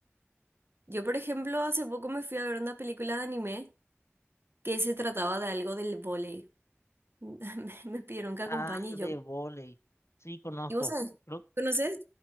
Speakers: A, on the right; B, on the left.
A: Yo, por ejemplo, hace poco me fui a ver una película de anime que se trataba de algo del vóley. <laughs> Me, me pidieron que acompañe
B: Ah,
A: y yo
B: de volei. Sí, conozco.
A: ¿Y vos sabés?
B: Creo,
A: conoces?